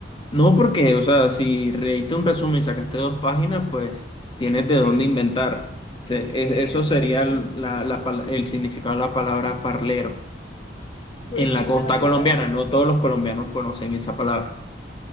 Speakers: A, on the left (about 25°); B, on the left (about 50°).
A: no porque, o sea, si leíste un resumen y sacaste dos páginas, pues tienes de
B: sí,
A: dónde inventar. Se-
B: sí,
A: es- Eso
B: exacto.
A: sería el- la, la pal- el significado de la palabra parlero.
B: Pues
A: en la
B: sí,
A: costa
B: la verdad
A: colombiana.
B: es
A: No
B: que sí.
A: todos los colombianos conocen esa palabra.